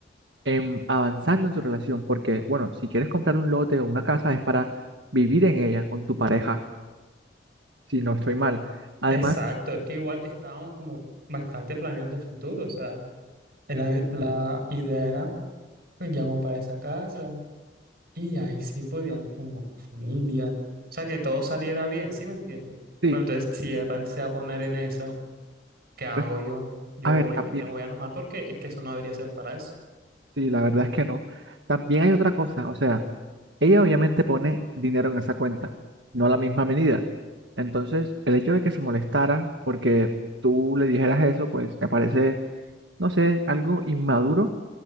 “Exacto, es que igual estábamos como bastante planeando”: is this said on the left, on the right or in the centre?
Right